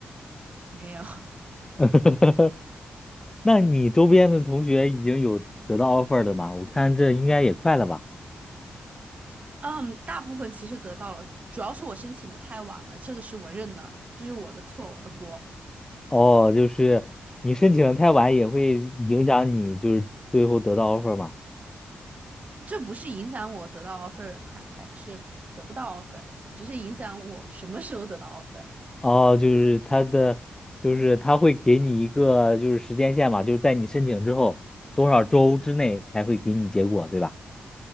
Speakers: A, on the right; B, on the left.
A: 没有，
B: <laughs> 那你周边的同学已经有得到 offer 的吗？我看这应该也快了吧？
A: 嗯，大部分其实得到了，主要是我申请的太晚了，这个是我认的，这是我的错，我的锅，
B: 哦，就是你申请的太晚也会影响你，就是最后得到 offer 嘛？
A: 这不是影响我得到 offer 还还是得不到 offer，只是影响我什么时候得到 offer。
B: 哦，就是他的，就是他会给你一个就是时间线嘛，就是在你申请之后多少周之内才会给你结果，对吧？